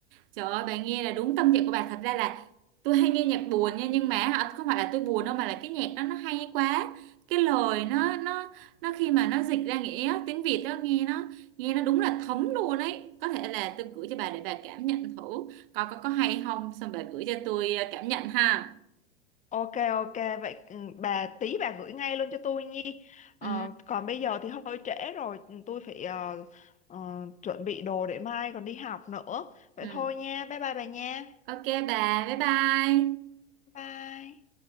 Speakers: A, on the right; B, on the left.
A: Trời ơi, bà nghe là đúng tâm trạng của bà. Thật ra là tôi hay nghe nhạc buồn nha, nhưng mà hả, không phải là tôi buồn đâu mà là cái nhạc đó nó hay quá. Cái lời nó nó nó khi mà nó dịch ra nghĩa tiếng Việt đó nghe nó nghe nó đúng là thấm luôn ấy. Có thể là tôi gửi cho bà để bà cảm nhận thử coi có có hay không xong bà gửi cho tôi ờ, cảm nhận ha.
B: ok ok vậy ừ, bà tí bà gửi ngay luôn cho tôi nhi Ờ,
A: Ừ
B: còn bây giờ thì hơi trễ rồi ừ, tôi phải ờ, ờ, chuẩn bị đồ để mai còn đi học nữa vậy
A: ừ.
B: thôi nha bye bye bà nha
A: Ok bà, bye bye.
B: bye